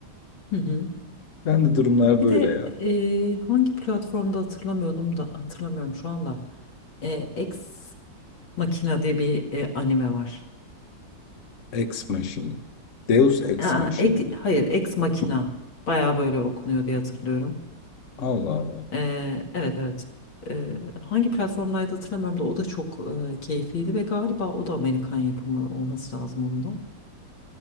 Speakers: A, on the left (about 85°); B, on the left (about 45°).
A: hı hı.
B: Ben de durumlar
A: Bir
B: böyle
A: de
B: ya.
A: e, hangi platformda hatırlamıyordum da hatırlamıyorum şu anda. E, Ex Machina diye bir e, anime var.
B: Ex Machina. Deus Ex
A: Aa,
B: Machina.
A: ek, hayır Ex Machina. Baya böyle okunuyor diye hatırlıyorum.
B: Allah Allah.
A: E, evet evet. E, hangi platformdaydı hatırlamıyorum da o da çok e, keyifliydi ve galiba o da Amerikan yapımı olması lazım onun da.